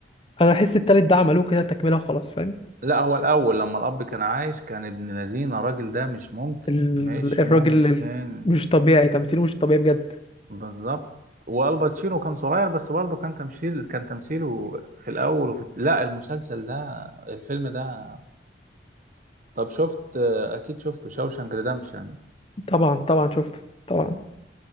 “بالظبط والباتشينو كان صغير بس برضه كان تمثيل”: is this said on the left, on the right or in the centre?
Right